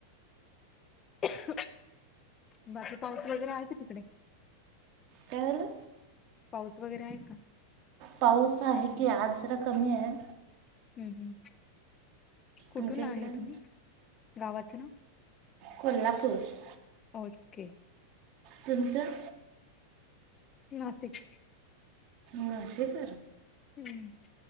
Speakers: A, on the left; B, on the right.
A: <inaudible> बाकी पाऊस वगैरे हाय काय तिकडे?
B: काय झालं?
A: पाऊस वगैरे आहे का?
B: पाऊस आहे की आज जरा कमी हाय.
A: हम्म हम्, कुठून
B: तुमच्या
A: आहे
B: इकडं
A: तुम्ही? गावाचं नाव?
B: कोल्हापूर.
A: ओके.
B: तुमचं?
A: नाशिक.
B: नाशिक.
A: हम्म